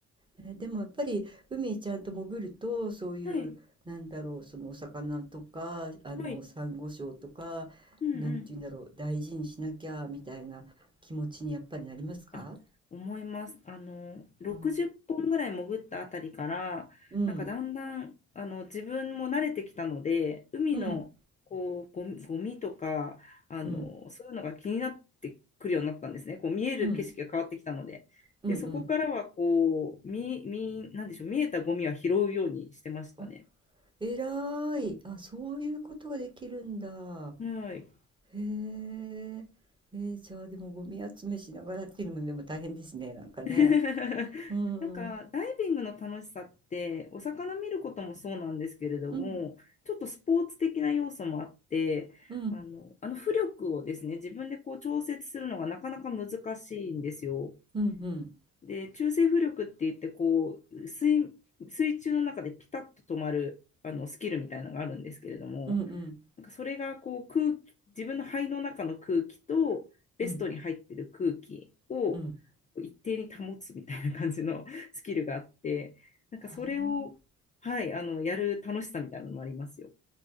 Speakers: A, on the right; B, on the left.
A: え、でもやっぱり海ちゃんと潜ると、そういう、
B: はい。
A: なんだろう、そのお魚とか、あの、
B: はい。
A: サンゴ礁とか、
B: うんうん
A: なんて言うんだろう、大事にしなきゃみたいな気持ちにやっぱりなりますか？
B: あ思います。あの、60本ぐらい潜ったあたりから、
A: うん、うん、
B: なんかだんだん、あの、自分も慣れてきたので、海の、
A: うん、
B: こう、ゴミ、ゴミとか、あの、
A: うん、
B: そういうのが気になってくるようになったんですね。こう、見える景色が変わってきたので。
A: うん、うん、
B: で、
A: うん。
B: そこからは、こう、見、見、なんでしょう、見えたゴミは拾うようにしてましたね。
A: あ、えらい。あ、そういうことができるんだ。
B: うんはい。
A: へえ。えー、じゃあでもゴミ集めしながらっていうのもでも大変ですね、なんかね。
B: <laughs>
A: うん、
B: なんかダイビングの楽しさってお魚見ることもそうなんですけれどもちょっとスポーツ的な要素もあってあの、
A: うん、うん、うん、
B: あの浮力をですね自分でこう調節するのがなかなか難しいんですよ。
A: うん、うん、
B: で中性浮力って言ってこう水、水中の中でピタッと止まるあのスキルみたいなのがあるんですけれども
A: うん、うん、
B: なんかそれがこう空気、自分の肺の中の空気とベストに入ってる空気を
A: うん、うん。
B: 一定に保つみたいな感じの <laughs> スキルがあって、なんかそれを、
A: はあ。
B: はい、あの、やる楽しさみたいなのもありますよ。